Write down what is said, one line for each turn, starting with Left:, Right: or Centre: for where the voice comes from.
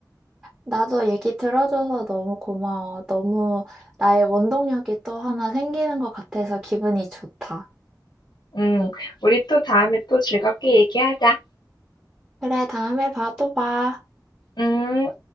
Right: 나도 얘기 들어줘서 너무 고마워. 너무 나의 원동력이 또 하나 생기는 것 같아서 기분이 좋다.
Left: 음, 우리 또 다음에 또 즐겁게 얘기하자.
Right: 그래, 다음에 봐, 또 봐.
Left: 음.